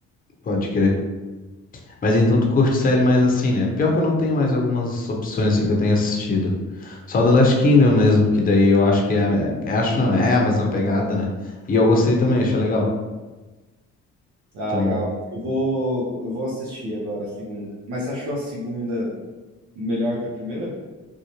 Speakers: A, on the left; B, on the right.
A: Pode crer. Mas então tu curte série mais assim, né? Pior que eu não tenho mais algumas opções assim que eu tenho assistido. Só The Last Kingdom mesmo, que daí eu acho que é. a me- Acho não, é a mesma pegada, né? E eu gostei também, achei legal.
B: Ah,
A: Então,
B: legal. Eu vou, eu vou assistir agora a segunda. Mas você achou a segunda melhor que a primeira?